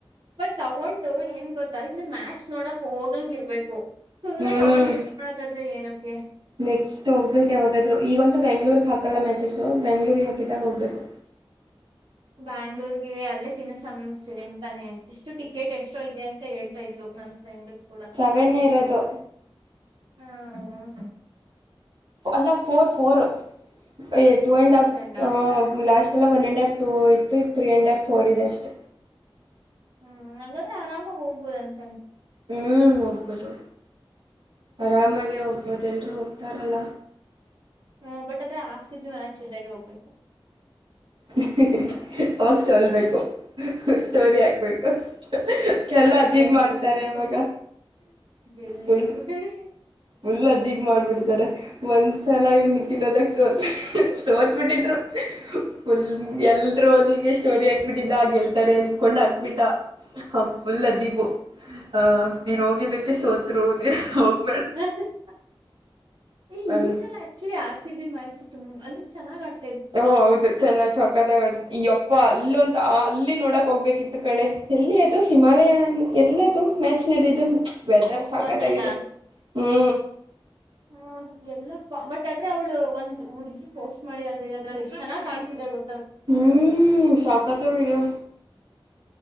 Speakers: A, on the right; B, on the right.
A: ಬಟ್ ತಗೊಂಡು ಏನ್ ಗೊತ್ತಾ ಇಲ್ಲಿ ಮ್ಯಾ ನೋಡಕ್ ಹೋದಂಗ್ ಇರ್ಬೇಕು ಸುಮ್ನೆ
B: ಹ್ಮ್
A: ತಗೊಂಡ್ ಇಟ್ಕೊಳದಾದ್ರೆ ಏನು ಓಕೆ
B: ನೆಕ್ಸ್ಟ್ ಹೋಗ್ಬೇಕು ಯಾವಾಗಾದ್ರೂ ಈಗಂತೂ ಬ್ಯಾಂಗಲೋರ್ ಹಾಕಲ್ಲ ಮ್ಯಾಚಸ್ಸು ಬ್ಯಾಂಗಲೋರ್ ಹಾಕಿದಾಗ ಹೋಗ್ಬೇಕು
A: ಬ್ಯಾಂಗ್ಳೂರ್ಗೆ ಅಲ್ಲೇ ಚಿನ್ನ ಸಿಸ್ತಿದೆ ಅಂತಾನೆ ಎಷ್ಟು ಟಿಕೆಟ್ ಎಷ್ಟೋ ಇದೆ ಅಂತ ಹೇಳ್ತಾ ಇದ್ಲು ನನ್ ಫ್ರೆಂಡ್ ಕೂಡ
B: ಸವೆನೇ ಇರದು
A: ಹ್ಮ ಹ್ಮ ಹ
B: ಅಲ್ಲ ಫೋರ್ ಫೋರ್, ಅಯ್ ಟು
A: ಫೋರ್
B: ಅಂಡ್
A: ತೌಸಂಡಾ
B: ಹಾಫ್ ಆ ಲಾಸ್ಟ್ ಸಲ ವನ್ ಅಂಡ್ ಹಾಫ್ ಟೂ ಇತ್ತು ಈಗ್ ತ್ರೀ ಅಂಡ್ ಹಾಫ್ ಫೋರ್ ಇದೆ ಅಷ್ಟೇ.
A: ಹ್ಮ್ ಹಂಗಾದ್ರೆ ಆರಾಮಾಗ್ ಹೋಗ್ಬೋದ್ ಅನ್ಕ
B: ಹ್ಮ್ ಹೋಗ್ಬೋದು. ಆರಾಮಾಗೆ ಹೋಗ್ಬೋದ್ ಎಲ್ರೂ ಹೋಗ್ತಾರಲ್ಲ.
A: ಹ್ಮ ಬಟ್ ಆದ್ರೆ ಆರ್ಸಿಬಿ ಮ್ಯಾಚ್ ಇದ್ದಾಗೆ ಹೋಗ್ಬೇಕು.
B: <unintelligible> ಅವಾಗ್ ಸೋಲ್ಬೇಕು. <unintelligible> ಸ್ಟೋರಿ ಹಾಕ್ಬೇಕು <unintelligible> ಎಲ್ಲ
A: ಇಲ್ಲ
B: ಅಜೀಬ್ ಮಾಡ್ತಾರೆ
A: ಗೆಲ್ಬೆ
B: ಇವಾಗ,
A: ಗೆಲ್ಬೇಕು
B: ಫುಲ್
A: ಕಣೆ
B: ಫುಲ್ ಅಜೀಬ್ ಮಾಡ್ಬಿಡ್ತಾರೆ ಒಂದ್ಸಲ ಇವ್ನ್ <unintelligible> ಸೋತ್ ಸೋತ್ ಬಿಟ್ಟಿದ್ರು ಫುಲ್ ಎಲ್ರೂ ಅವ್ನಿಗ್ ಹಿಂಗೆ ಸ್ಟೋರಿ ಹಾಕ್ಬಿಟ್ಟಿದ್ದ ಗೆಲ್ತಾರೆ ಅನ್ಕೊಂಡ್ ಹಾಕ್ಬಿಟ್ಟ. ಅವ್ನ್ ಫುಲ್ ಅಜೀಬು. ಹಾ ನೀನ್ ಹೋಗಿದ್ದಕ್ಕೆ ಸೋತ್ರು <unintelligible> ಹೋಗ್
A: <unintelligible> ಏ
B: ಹಂಗೆ
A: ಈ ಸಲ ಆಕ್ಚುಲಿ ಆರ್ಸಿಬಿ ಮ್ಯಾಚ್ ಚೆ ತುಂಬ್ ಅಂದ್ರೆ ಚೆನ್ನಾಗಿ ಆಡ್
B: ಓ ಹೌದು ಚೆನ್ನಾಗ್ ಸಾಕ್ ಸಕ್ಕತ್ತಾಗ್ ಆಡ್ಸ್ದೆ ಯಪ್ಪಾ ಅಲ್ ಅಂತೂ ಆ ಅಲ್ಲಿ ನೋಡಕ್ ಹೋಗ್ಬೇಕಿತ್ತು ಕಣೆ, ಎಲ್ಲಿ ಅದು ಹಿಮಾಲಯ ಎಲ್ಲದು ಮ್ಯಾಚ್ ನಡ್ದಿದ್ದು? ವೆದರ್ ಸಕ್ಕತಾಗಿದೆ,
A: ಮೊನ್ನೆನಾ
B: ಹ್ಮು.
A: ಹ್ಮ ಎಲ್ಲಪ್ಪಾ ಬಟ್ ಆದ್ರೆ ಅವ್ಳು ಒಂದ್ ಹುಡ್ಗಿ ಪೋಸ್ಟ್ ಮಾಡಿದಾಳ್ರಿ ಅದ್ರಲ್ಲಿ ಏಷ್ಟ್ ಚನ್ನಾಗ್ ಕಾಣ್ಸಿದೆ ಗೋ
B: ಹ್ಮ್ ಸಕ್ಕತ್ತಾಗಿದೆ.